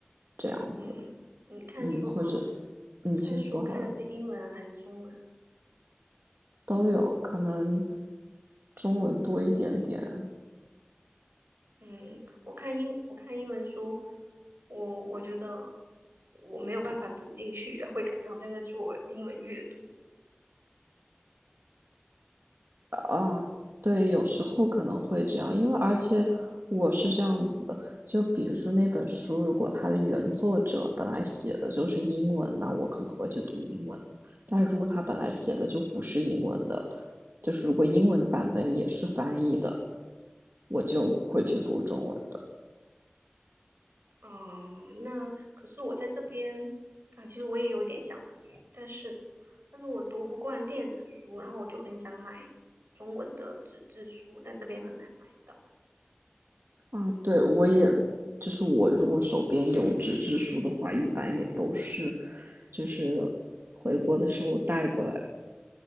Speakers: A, on the right; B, on the right.
A: 这样子。
B: 嗯，你看书啊，
A: 嗯，或者你先说好了，
B: 看书看的是英文还是中文？
A: 都有，可能中文多一点点，
B: 嗯，我看英我看英文书，我我觉得我没有办法读进去，会感觉好像在做英文阅读。
A: 啊，对，有时候可能会这样，因为而且我是这样子的，就比如说那本书，如果它的原作者本来写的就是英文，那我可能会去读英文的。但是如果他本来写的就不是英文的，就是如果英文的版本也是翻译的，我就会去读中文的。
B: 嗯，那可是我在这边啊，其实我也有点想读书，但是但是我读不惯电子书，然后我就很想买中文的纸质书，但这边很难买到。
A: 啊，对，我也，就是我如果手边有纸质书的话，一般也都是，就是回国的时候带过来。